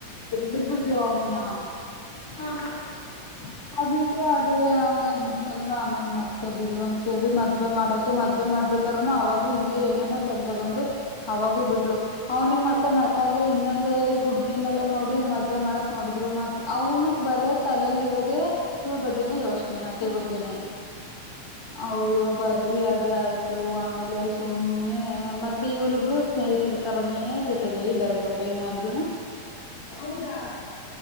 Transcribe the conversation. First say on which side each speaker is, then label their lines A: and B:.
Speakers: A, on the left; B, on the left.
A: ಬಿಟ್ಬಿಟ್ಲು ಅವನನ್ನ
B: ಹಾ ಹಾ
A: ಅದಿಗೆ ಅದೇ ಹಂಗ ಆಗ್ಬ ಬಿಡ್ತಲ್ವ ಆಮೇಲ್ ಮತ್ತೆ ಬಿಡು ಅಂತಿ ಮದ್ವೆ ಮಾಡಕ ಮದ್ವೆ ಮಾಡ್ಬೇಕ್ರನು ಅವಾಗೂ ಹಿಂಗೆ ಏನೇನೋ ತೊಂದ್ರೆ ಬಂದು ಅವಾಗೂ ಬಿಟ್ಲು ಅವ್ನಿಗ್ ಮತ್ತೆ ನಟಾಗಿ ಇನ್ನೊಂದೇ ಹುಡ್ಗೀನ್ಲ್ಲಾ ನೋಡಿ ಮದ್ವೆ ಮಾಡಕ್ ನೋಡಿದ್ರು ಮದ್ ಅವ್ನಗ್ ಬರೇ ತಲೆಲಿ ಇರೋದ ಇವಳ ಬಗ್ಗೆನೇ ಯೋಚನೆ ಅಟಿ ಬಗ್ಗೆನೆ ಅಯ್ಯೋ ಬರ್ರಿ ಅದೇ ಆಯ್ತು ಆಮೇಲೆ ಸುಮ್ನೆ ಮತ್ತೆ ಇವರಿಬ್ರು ಸ್ನೇಹಿತರ ತರನೇ ಜೊತೆಗೆ ಇದ್ದಾರೆ ಗೊತ್ತ ಇನ್ನಾದರು
B: ಹೌದಾ